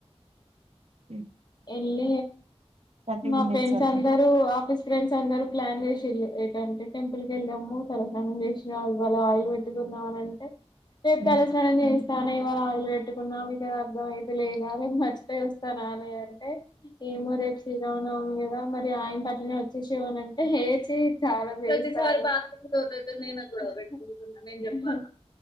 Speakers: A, on the right; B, on the left.
A: అ
B: వెళ్ళ
A: థర్టీ
B: మా
A: మినిట్స్
B: ఫ్రెండ్స్
A: అంటే
B: అందరుూ ఆఫీస్ ఫ్రెండ్స్ అందరుూ ప్లాన్ చేసిళ్ళు ఏటంటే టెంపుల్ క వెళ్దాము తలసనానం చేసిన అవాళ ఆయిల్ పెట్టుకుందాం అని అంటే రేప్
A: ఉమ్.
B: తలస్నానం చే చా ఇవాళ ఆయిల్ పెట్టుకున్నా మీకు అది అర్థం అయితే లేదా అది మ దే వస్తా ననే ఏమో రేపు శ్రీరావునవమి కదా మరి ఆయన పట్లనే వచ్చేసేవాని అంటే హేచ చాలా తత అయితే నేను అక్కడ పెట్టుకుంటున్నా నేను చెప్పను